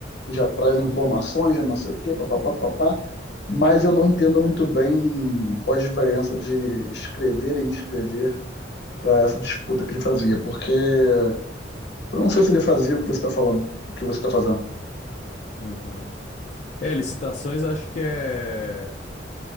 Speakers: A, on the left; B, on the left.
A: e já traz informações, já não sei o quê, papapá, papá. Mas eu não entendo muito bem qual a diferença de escrever e inscrever para essa disputa que ele fazia, porque eu não sei se ele fazia o que você está falando, o que você está fazendo.
B: Uhum. É, licitações eu acho que é,